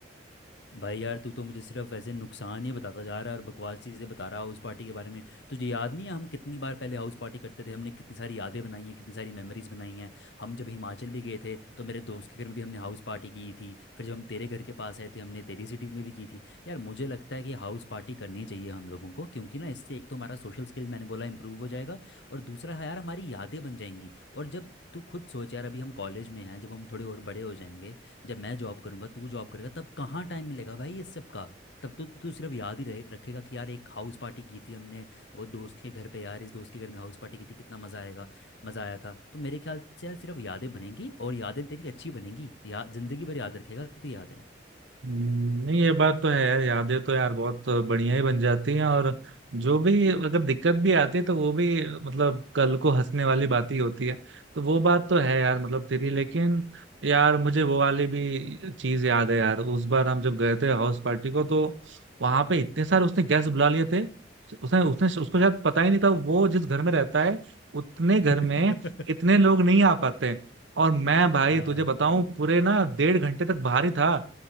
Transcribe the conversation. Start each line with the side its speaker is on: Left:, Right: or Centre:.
Left: भाई यार तू तो मुझे सिर्फ ऐसे नुकसान ही बताता जा रहा है और बकवास चीज़ें बता रहा है हाउस पार्टी के बारे में तुझे याद नहीं है हम कितनी बार पहले हाउस पार्टी करते थे हमने कितनी सारी यादें बनाई हैं कितनी सारी मेमोरीज बनाई हैं हम जब हिमाचल भी गए थे तो मेरे दोस्त के घर में भी हमने हाउस पार्टी की थी फिर जब हम तेरे घर के पास आए थे हमने तेरी सिटी में भी की थी यार मुझे लगता है कि हाउस पार्टी करनी चाहिए हम लोगों को क्योंकि ना इससे एक तो हमारा सोशल स्किल मैंने बोला इंप्रूव हो जाएगा और दूसरा है यार हमारी यादें बन जाएंगी और जब तू खुद सोच यार अभी हम कॉलेज में हैं जब हम थोड़े और बड़े हो जाएंगे जब मैं जॉब करूंगा तू जॉब करेगा तब कहाँ टाइम मिलेगा भाई ये सब का तब तो तू सिर्फ याद ही रहे रखेगा कि यार एक हाउस पार्टी की थी हमने वो दोस्त के घर पे यार इस दोस्त के घर में हाउस पार्टी की थी कितना मज़ा आएगा मज़ा आया था तो मेरे ख्याल से यार सिर्फ यादें बनेंगी और यादें तेरी अच्छी बनेंगी या जिंदगी भर याद रखेगा तो यादें
Right: हम्म, नहीं ये बात तो है यार यादें तो यार बहुत बढ़िया ही बन जाती हैं और जो भी अगर दिक्कत भी आती है तो वो भी मतलब कल को हंसने वाली बात ही होती है तो वो बात तो है यार मतलब तेरी लेकिन यार मुझे वो वाली भी चीज याद है यार उस बार हम जब गए थे हाउस पार्टी को तो वहां पे इतने सारे उसने गेस्ट बुला लिए थे उसने उसने उसको शायद पता ही नहीं था वो जिस घर में रहता है उतने
Left: <laughs>
Right: घर में इतने लोग नहीं आ पाते और मैं भाई
Left: हाँ
Right: तुझे बताऊं पूरे ना डेढ़ घंटे तक बाहर ही था